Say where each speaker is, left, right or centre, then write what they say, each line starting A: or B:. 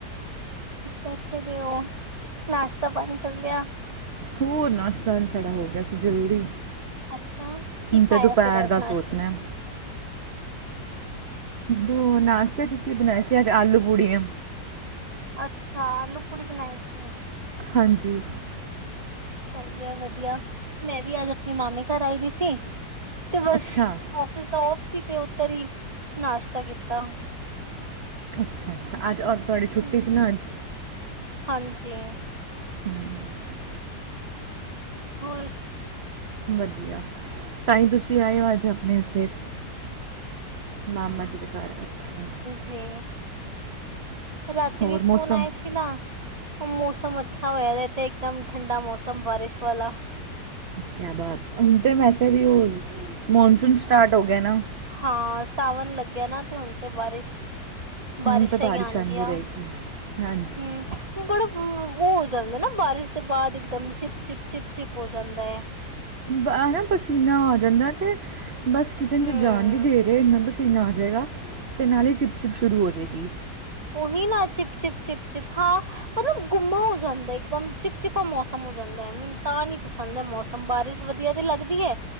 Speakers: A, on the right; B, on the right.
A: ਬੈਠੇ ਦੇ ਉਹ, ਨਾਸ਼ਤਾ ਪਾਣੀ ਕਰ ਲਿਆ।
B: ਹੋਰ ਨਾਸ਼ਤਾ ਅਜ, ਸਾਡਾ ਹੋ ਗਿਆ ਸੀ। ਜਲਦੀ
A: ਅੱਛਾ, ਕੀ
B: ਹੁਣ
A: ਖਾਇਆ
B: ਤੇ, ਦੁਪਹਿਰ
A: ਫਿਰ ਅੱਜ
B: ਦਾ
A: ਨਾਸ਼ਤੇ
B: ਸੋਚਣੇ
A: ਚ?
B: ਆ। ਦੋ ਨਾਸ਼ਤੇ ਚ ਅਸੀਂ ਬਣਾਈ ਸੀ। ਅੱਜ ਆਲੂ- ਪੂੜੀਆਂ।
A: ਅੱਛਾ। ਆਲੂ- ਪੂੜੀ ਬਣਾਈ ਸੀ।
B: ਹਾਂਜੀ।
A: ਹਾਂਜੀ, ਹੈ ਵਧੀਆ। ਮੈਂ ਵੀ, ਅੱਜ ਆਪਣੇ ਮਾਮੇ ਘਰ, ਆਈ ਦੀ ਸੀ। ਤੇ ਬਸ।
B: ਅੱਛਾ
A: ਅਜ ਸੌਫ ਸੀ। ਤੇ ਉੱਤੋ ਦੀ ਨਾਸ਼ਤਾ ਕੀਤਾ।
B: ਅੱਛਾ-ਅੱਛਾ, ਅੱਜ ਔਰ, ਤੁਹਾਡੀ
A: ਹੂੰ,
B: ਛੱਟੀ ਸੀ ਨਾ। ਅੱਜ
A: ਹਾਂਜੀ।
B: <inaudible>
A: ਹੋਰ?
B: ਵਧੀਆ। ਤਾਂ ਹੀ, ਤੁਸੀਂ ਆਏ ਹੋ। ਅੱਜ ਆਪਣੇ ਇੱਥੇ, ਮਾਮਾ ਜੀ ਦੇ ਘਰ। ਅੱਛਾ।
A: ਜੀ। ਰਾਤੀ
B: ਹੋਰ
A: ਵੀ ਫੋਨ
B: ਮੌਸਮ
A: ਆਏ ਸੀ ਨਾ ਮੌਸਮ ਅੱਛਾ ਹੋਇਆ ਇਹ ਤੇ ਇਕਦਮ ਠੰਡਾ ਮੌਸਮ ਬਾਰਿਸ਼ ਵਾਲਾ
B: ਕਿਆ ਬਾਤ ਹੁਣ ਤੇ ਵੈਸੇ ਵੀ ਉਹ ਮੋਨਸੂਨ ਸਟਾਰਟ ਹੋ ਗਏ ਨਾ
A: ਹਾਂ ਸਾਵਣ ਲੱਗਿਆ ਨਾ ਤੇ ਹੁਣ ਤੇ ਬਾਰਿਸ਼ ਬਾਰਿਸ਼ਾਂ
B: ਹੁਣ ਤਾਂ ਬਾਰਿਸ਼
A: ਹੀ ਆਉਣਗੀਆਂ।
B: ਆਂਦੀ ਰਹੇਗੀ ਹਾਂਜੀ
A: ਹੂੰ। ਬੜਾ ਵੋ ਹੋ ਜਾਂਦਾ ਨਾ ਬਾਰਿਸ਼ ਦੇ ਬਾਅਦ ਇਕ ਦਮ ਚਿਪ-ਚਿਪ ਚਿਪ-ਚਿਪ ਹੋ ਜਾਂਦਾ ਹੈ
B: ਹੈਨਾ ਪਸੀਨਾ ਆ ਜਾਂਦਾ ਤੇ ਬਸ ਕਿਚਨ
A: ਹੂੰ
B: ਜਾਣ ਦੀ ਦੇਰ ਏ ਚੀਨਾ ਆ ਜਾਵੇਗਾ ਤੇ ਨਾਲੇ ਹੀ ਚਿਪ-ਚਿਪ ਸ਼ੁਰੂ ਹੋ ਜਾਵੇਗੀ
A: ਓਹੀ ਨਾ ਚਿਪ-ਚਿਪ ਚਿਪ-ਚਿਪ ਹਾਂ ਮਤਲਬ ਗੁੰਮਾ ਹੋ ਜਾਂਦਾ ਇੱਕਦਮ ਚਿਪ ਚਿਪਾ ਮੌਸਮ ਹੋ ਜਾਂਦਾ ਹੈ ਮੈਨੂੰ ਤਾਂ ਨਹੀ ਪਸੰਦ ਪੰਦ ਮੌਸਮ ਬਾਰਿਸ਼ ਵਧੀਆ ਦੀ ਲੱਗਦੀ ਹੈ